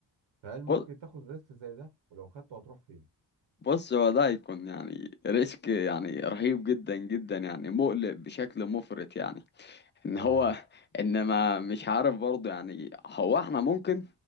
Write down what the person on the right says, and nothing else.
فهل ممكن
تاخد ريسك زي ده ولو خدته هتروح فين
اه